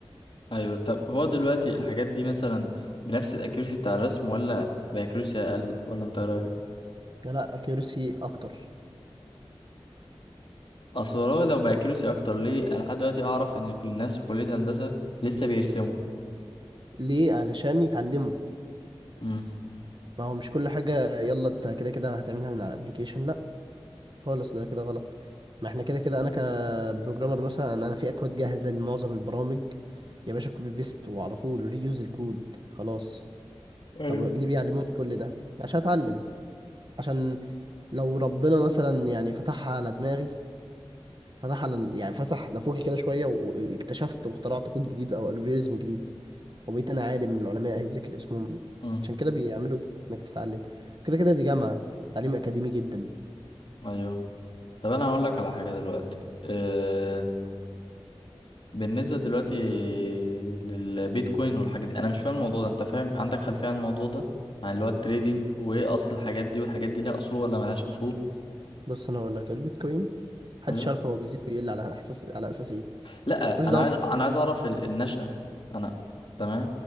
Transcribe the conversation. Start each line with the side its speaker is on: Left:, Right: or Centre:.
Left: ايوه طب هو دلوقتي الحاجات دي مثلا بنفس الاكيرسي بتاع الرسم ولا باكيرسي اقل ولا انت إيه رايك
Right: لا لا اكيورسي اكتر
Left: اصل هو لو باكيرسي اكتر ليه انا لحد دلوقتي اعرف ان الناس في كليه هندسه لسه بيرسموا
Right: ليه علشان يتعلموا
Left: امم
Right: ما هو مش كل حاجه يلا انت كده كده هتعملها من على الابليكيشن لا خالص ده كده غلط ما احنا كده كده انا كبروجرامر مثلا انا في اكواد جاهزه لمعظم البرامج يا باشا كوبي بيست وعلى طول ريوز الكود خلاص
Left: ايوه
Right: طب ليه بيعلموني كل ده عشان اتعلم عشان لو ربنا مثلا يعني فتحها على دماغي فتح على يعني فتح نافوخي كده شويه واكتشفت واخترعت كود جديد او الجوريزم جديد وبقيت انا عالم من العلماء هيتذكر اسمهم
Left: امم
Right: عشان كده بيعملوا انك تتعلم كده كده دي جامعه تعليم اكاديمي جدا
Left: ايوه طب انا هقول لك على حاجه دلوقتي أه... بالنسبه دلوقتي للبيتكوين والحاجات دي انا مش فاهم الموضوع ده انت فاهم عندك خلفيه عن الموضوع ده عن اللي هو التريدينج وايه اصل الحاجات دي والحاجات دي ليها اصول ولا ملهاش اصول
Right: بص انا هقول لك البيتكوين محدش
Left: أيوة.
Right: يعرف هو بيزيد ويقل على اساس على اساس ايه
Left: لا
Right: ملوش
Left: انا
Right: دعوه
Left: عايز
Right: بالتكن
Left: انا عايز اعرف ال- النشأة انا تمام